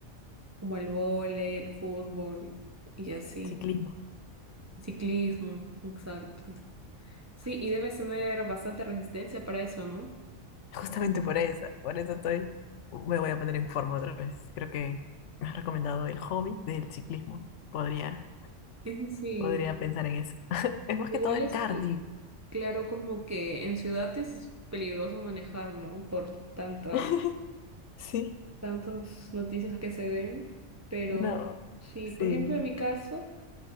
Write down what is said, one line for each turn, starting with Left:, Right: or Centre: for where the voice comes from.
Right: como el vóley, el fútbol y así.
Left: <laughs> ciclismo.
Right: Ciclismo, exacto. Sí, y debes tener bastante resistencia para eso, ¿no?
Left: Justamente por eso, por eso estoy, me voy a poner en forma otra vez. Creo que me has recomendado el hobby del ciclismo. Podría,
Right: Sí, sí, sí.
Left: podría pensar en eso. <laughs> Es más
Right: Igual
Left: que todo el
Right: es
Left: cardio.
Right: que, claro, como que en ciudad es peligroso manejar, ¿no? Por tantas
Left: <laughs> Sí,
Right: tantas noticias que se ven, pero
Left: no,
Right: sí,
Left: sí.
Right: por ejemplo, en mi caso,